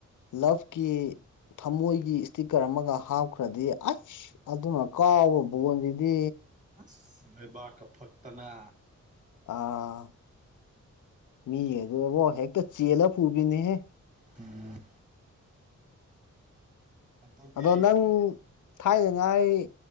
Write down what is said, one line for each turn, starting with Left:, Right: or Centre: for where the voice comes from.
Left: ꯂꯞꯀꯤ ꯊꯃꯣꯏꯒꯤ ꯏꯁꯇꯤꯛꯀꯔ ꯑꯃꯒ ꯍꯥꯞꯈ꯭ꯔꯗꯤ ꯑꯁ ꯑꯗꯨꯅ ꯀꯥꯎꯕ ꯕꯣꯟꯁꯤꯗꯤ
Right: ꯑꯁ ꯂꯩꯕꯥꯛꯒ ꯐꯛꯇꯅ
Left: ꯑꯥ ꯃꯤꯒꯤ ꯑꯗꯨꯕꯣ ꯍꯦꯛꯇ ꯆꯦꯜꯂ ꯄꯨꯕꯤꯅꯦꯍꯦ
Right: ꯎꯝ ꯑꯗꯨꯒꯤ
Left: ꯑꯗꯣ ꯅꯪ ꯊꯥꯏꯅꯉꯥꯏ